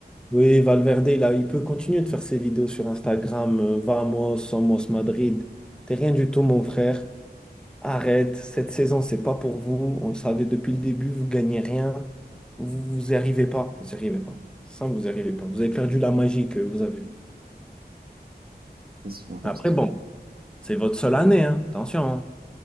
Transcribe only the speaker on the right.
C'est souvent comme
ça.